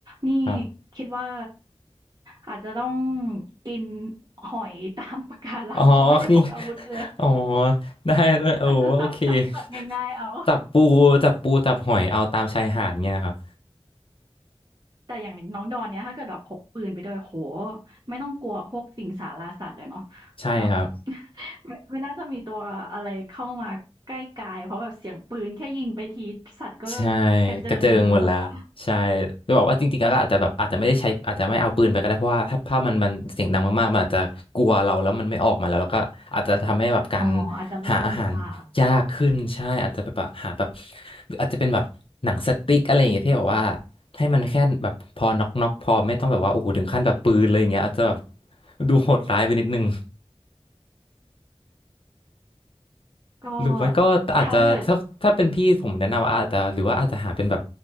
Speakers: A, on the right (about 40°); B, on the left (about 55°).
A: นี่
B: ครับ
A: คิดว่าอาจจะต้องกินหอยตามปะการังเขาไม่ได้พกอาวุธไปเลย
B: อ๋อ <laughs> คืออ๋อได้เลยโอ้โอเค
A: อาจจะสับจับสัตว์ง่ายๆเอา
B: <laughs> จับปูจับปูจับหอยเอาตามชายหาดเงี้ยครับ
A: แต่อย่างน้องดอนเนี่ยถ้าเกิดแบบพกปืนไปด้วยโอ้โฮไม่ต้องกลัวพวกสิงสาราสัตว์เลยเนาะ
B: ใช่ครับ
A: แบบ <laughs> ไม่ไม่น่าจะมีตัวอะไรเข้ามาใกล้กายเพราะแบบเสียงปืนแค่ยิงไปทีสัตว์ก็
B: ใช่
A: กระเจิงหนีไปหมดแล้ว
B: กระเจิงหมดแล้วใช่จะบอกว่าจริงๆแล้วก็อาจจะแบบอาจจะไม่ได้ใช้อาจจะไม่เอาปืนไปก็ได้เพราะว่าถ้าภาพมันมันเสียงดังมากๆมันอาจจะกลัวเราแล้วมันไม่ออกมาแล้วแล้วก็อาจจะทำให้แบบการ
A: อ๋ออาจจะล่าลำบาก
B: หาอาหารยากขึ้นใช่อาจจะแบบหาแบบหรืออาจจะเป็นแบบหนังสติ๊กอะไรอย่างเงี้ยที่แบบว่าให้มันแค่แบบพอน็อกน็อกพอไม่ต้องแบบว่าโอ้โหถึงขั้นแบบปืนเลยอย่างเงี้ยอาจจะแบบดูโหดร้ายไปนิดนึง
A: ก็
B: หรือไม่ก็อาจจะถ้าถ้าเป็นพี่ผมแนะนำว่าอาจจะหรือว่าอาจจะหาเป็นแบบ
A: ถ้าเกิด